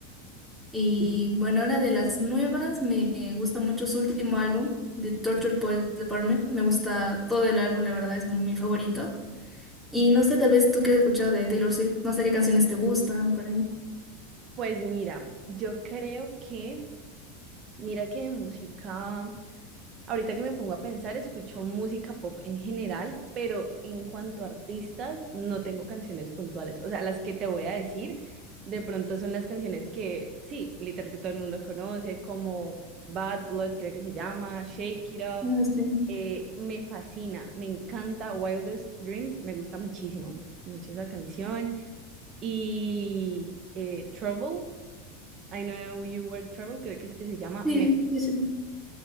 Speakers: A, in the centre; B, on the right (about 40°).
A: Y bueno, ahora de las nuevas, me gusta mucho su último álbum, The Torture Poets Department. Me gusta todo el álbum, la verdad, es mi favorito. Y no sé, tal vez tú que has escuchado de Taylor Swift, no sé qué canciones te gustan por ahí.
B: Pues mira, yo creo que, mira que de música, ahorita que me pongo a pensar, escucho música pop en general, pero en cuanto a artistas, no tengo canciones puntuales. O sea, las que te voy a decir, de pronto son las canciones que, sí, literal que todo el mundo conoce, como Bad Blood, creo que se llama, Shake It Off.
A: No sé.
B: eh, me fascina, me encanta Wildest Dreams, me gusta muchísimo, mucho esa canción. Y eh, Trouble. I Know You Were Trouble, creo que es que se llama.
A: Sí,
B: Me...
A: sí, sí, sí.